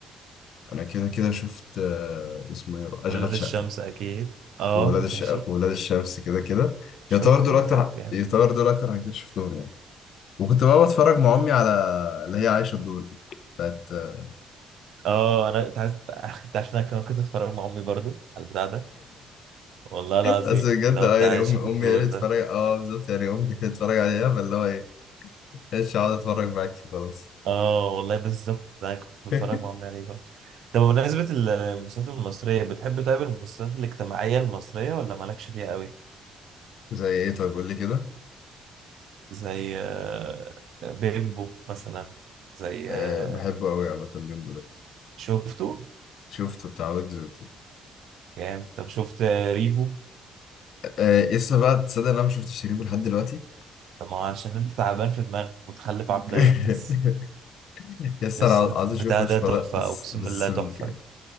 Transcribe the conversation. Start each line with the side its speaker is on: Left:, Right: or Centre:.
Left: أنا كده كده شفت آه، اسمه إيه أشغال
Right: ولاد الشمس
Left: شقة
Right: اكيد اه
Left: وولاد الشقة
Right: ماشي
Left: وولاد الشمس كده كده
Right: شفته
Left: يعتبر دول أكتر
Right: طيب جامد
Left: يعتبر دول أكتر حاجات شفتهم يعني وكنت بقى بتفرج مع أمي على اللي هي عايشة الدور دي بتاعت <laughs>
Right: اه انا انت عايز <laughs> انت عارف إن انا كنت كنت اتفرج مع امي برضو على البتاع ده والله العظيم
Left: بس بجد
Right: اللي هو
Left: أه
Right: بتاع
Left: يعني
Right: عايشة
Left: أمي
Right: في الدور
Left: أمي هي اللي
Right: ده
Left: بتتفرج أه بالظبط يعني أمي هي اللي بتتفرج عليها فاللي هو إيه مش هقعد أتفرج معاكي خلاص
Right: اه والله بالظبط ده أنا كنت بتفرج
Left: <laughs>
Right: مع امي عليه برضو طب بمناسبة المسلسلات المصرية بتحب طيب المسلسلات الاجتماعية المصرية ولا مالكش فيها قوي
Left: زي إيه طيب قول لي كده
Right: زي آه، بيمبو مثلا زي
Left: أه
Right: آه،
Left: بحبه أوي عامة بيمبو ده
Right: شفته
Left: شفته بتاع ويجز وكده.
Right: يعني طب شفت آه، ريفو
Left: آه لسه بقى تصدق إن انا ما شفتش شريفه لحد دلوقتي
Right: طب ما هو عشان انت تعبان في دماغك متخلف عقليا
Left: <laughs>
Right: بس
Left: يس
Right: بس
Left: انا عاوز
Right: بتاع
Left: اشوف مش
Right: ده تحفة
Left: ولا بس
Right: اقسم
Left: بس
Right: بالله تحفة
Left: الج-